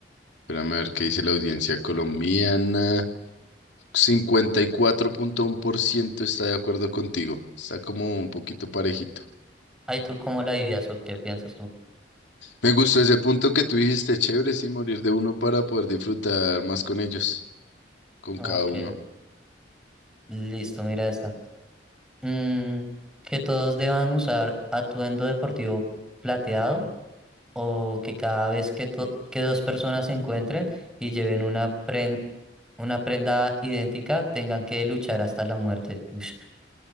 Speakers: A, on the left; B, in the centre.
A: Espérame a ver qué dice la audiencia colombiana. Cincuenta y cuatro punto uno por ciento está de acuerdo contigo. Está como un poquito parejito.
B: Ay, ¿tú cómo la dirías o qué piensas tú?
A: Me gustó ese punto que tú dijiste, chévere, sí, morir de uno para poder disfrutar más con ellos, con
B: Ok,
A: cada uno.
B: listo, mira esta. Mm, que todos deban usar atuendo deportivo plateado o que cada vez que, to- que dos personas se encuentren y lleven una, pren- una prenda idéntica tengan que luchar hasta la muerte. Ush,